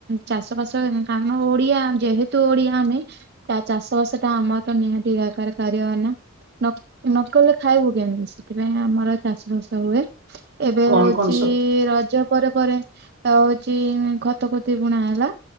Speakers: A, on the right (about 50°); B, on the right (about 80°).
A: ଚାଷ ବାସ କାରଣ ଓଡ଼ିଆ ଯେହେତୁ ଓଡ଼ିଆ ଆମେ ତା ଚାଷ ବାସ ଟା ଆମର ତ ନିହାତି ଦରକାର କରିବା ନା ନକଲେ ଖାଇବୁ କେମିତି ସେଥିପାଇଁ ଆମର ଚାଷ ବାସ ହୁଏ ଏବେ
B: କଣ
A: ହେଉଛି
B: କଣ ସବୁ
A: ରଜ ପରେ ପରେ ଆଉ ହଉଛି ଖତ ଖତି ବୁଣା ହେଲା